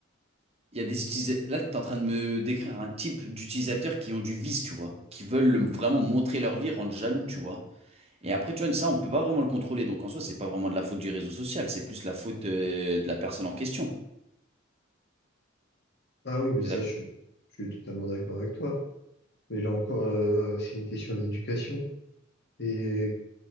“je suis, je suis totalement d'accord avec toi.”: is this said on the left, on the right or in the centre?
Left